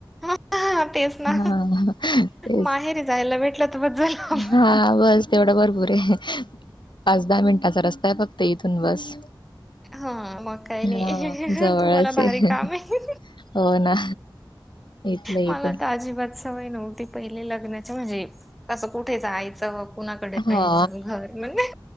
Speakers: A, in the centre; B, on the left (about 70°).
A: हा हा तेच ना
B: हा तेच
A: माहेरी जायला भेटलं तर बस झालं आपलं.
B: हा बस तेवढा भरपूर आहे पाच दहा मिनिटाचा रस्ता आहे फक्त इथून बस
A: हा मग काही नाही
B: हा जवळच
A: तुम्हाला
B: आहे
A: भारी काम आहे
B: हो ना इथलं इथे
A: मला तर अजिबात सवय नव्हती पहिले लग्नाची म्हणजे तसं कुठे जायचं कुणाकडे
B: हा
A: नाहीच घर म्हणजे